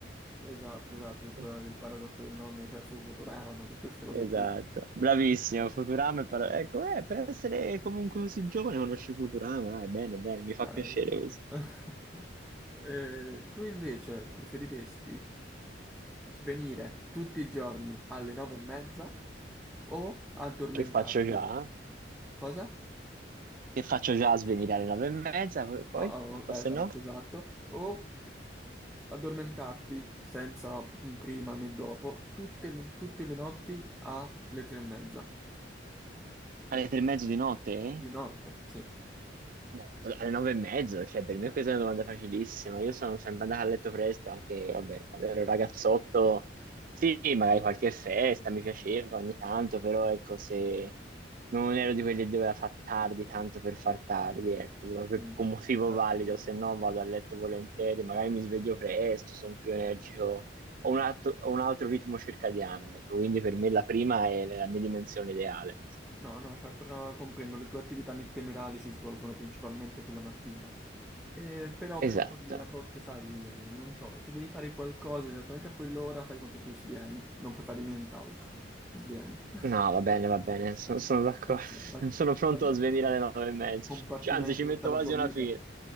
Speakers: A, in the centre; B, on the right (about 50°).
A: esatto, esatto, tutto
B: <laughs>
A: il paradosso del nonno, cioè fu Futurama, tutte queste cose
B: Esatto,
A: qui.
B: bravissimo, Futurama è par- Ecco, eh, per essere comunque così giovane conosci Futurama, dai, bene, bene, mi fa
A: Ah,
B: piacere
A: adesso-
B: questo.
A: <laughs> Eh, tu invece preferiresti svenire tutti i giorni alle nove e mezza o addormentarti?
B: Che faccio già?
A: Cosa?
B: Che faccio già a svenire alle nove e mezza, poi? poi?
A: Ah, ah, oh,
B: O
A: esatto,
B: se no?
A: esatto. O addormentarti senza mm, prima né dopo tutte le, tutte le notti alle tre e mezza.
B: Alle tre e mezzo di notte, eh?
A: Di notte, sì.
B: No, alle nove e mezzo, cioè per me questa è una domanda facilissima. Io sono sempre andato a letto presto, anche vabbè, quando ero ragazzotto, sì, magari qualche festa mi piaceva ogni tanto, però ecco, se non ero di quelli che doveva far tardi tanto per far tardi, ecco, doveva- per
A: Mm,
B: un
A: mm,
B: motivo
A: certo,
B: valido,
A: certo.
B: se no vado a letto volentieri, magari mi sveglio presto, sono più energico, ho un altro, ho un altro ritmo circadiano, ecco, quindi per me la prima è la mia dimensione ideale.
A: No, no, certo, eh, comprendo, le tue attività nittemerali si svolgono principalmente sulla mattina. Eh, però,
B: Esatto.
A: però poi a volte, sai, non so, se devi fare qualcosa esattamente a quell'ora, fai conto tu svieni, non puoi fare nient'altro. Svieni. <laughs>
B: No, va bene, va bene, sono, sono d'accordo.
A: Ok,
B: <laughs>
A: va
B: Sono pronto
A: va bene.
B: a svenire alle nove e mezzo.
A: Compartimenti
B: Cioè, Anzi, ci metto
A: tutta la
B: quasi
A: tua vita.
B: una firma.